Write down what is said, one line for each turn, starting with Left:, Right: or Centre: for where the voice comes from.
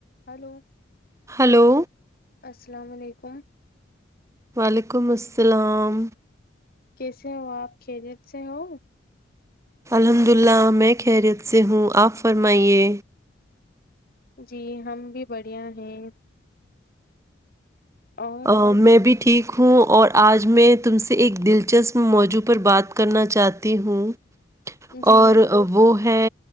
Left: hello
Right: hello
Left: السلام علیکم
Right: وعلیکم السلام
Left: کیسے ہو آپ کیریت سے ہو
Right: الحمد للہ میں خیریت سے ہوں آپ فرمائیے
Left: جی ہم بھی بڑھیا ہیں اور
Right: ا میں بھی ٹھیک ہوں اور آج میں تم سے ایک دلچسپ موضوع پر بات کرنا چاہتی ہوں
Left: جی
Right: اور وہ ہے